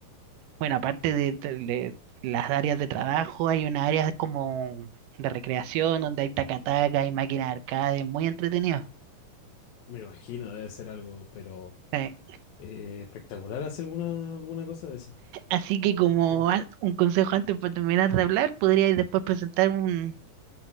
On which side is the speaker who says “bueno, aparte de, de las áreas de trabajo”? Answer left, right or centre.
Right